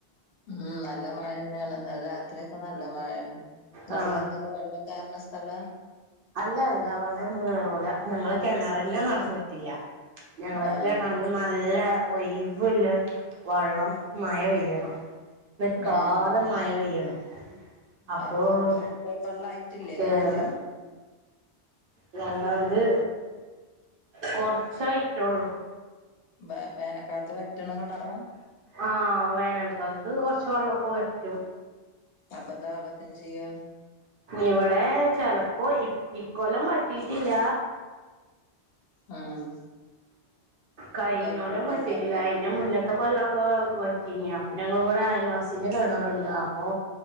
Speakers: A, on the left; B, on the right.
A: ഉം നല്ല മഴന്നേയാണ് ന്നലെ രാത്രിയക്കെ നല്ല മഴയാണ് ഇങ്ങളെ
B: ആ
A: ഭാത്തൊക്കെ വെള്ളം കേറണ സ് സല
B: അല്ല അല്ല വെള്ളൊന്നും കേറൂല ഞങ്ങളെ കിണറന്നെനെറഞ്ഞിട്ടില്ല ഞങ്ങള
A: ആഹ്
B: കിണർ നല്ല ഒയിവുള്ള വള്ളം മയിൽ പെയ്യണം നിക്കാതെ
A: ഏഹ്
B: മയ പെയ്യണം അപ്പളൊള്ളൂ
A: അപ്പൊപ് വെള്ളായിട്ടില്ലേ
B: കേറ
A: കെണറ്റില്
B: ഞങ്ങളത് കൊറച്ചായിറ്റെള്ളൂ
A: വെ വേനക്കാലത്ത് വറ്റ്ണ കെണറ
B: ആ വേനൽക്കാലത്ത് കൊറച് വെള്ളോക്കെ വറ്റും
A: അപ്പൊന്താ വെള്ളത്തിനു ചെയ്യ
B: ഇവിടെ ചെലപ്പോ ഇ ഇക്കൊല്ലം വറ്റീട്ടില്ല
A: ആഹ്
B: കയിഞ്ഞൊല്ലം
A: പൈപ്പ് വെള്ളം
B: വറ്റിട്ടില്ല
A: ഉണ്ടാവൂലേ?
B: അയ്ന്റെ മുന്ന ത്ത കൊല്ലൊക്കെ വറ്റിങ്ങി അപ്പൊ ഞങ്ങളിവിടെ അയൽവാസിന്റെ കെണറുണ്ട് അപ്പൊ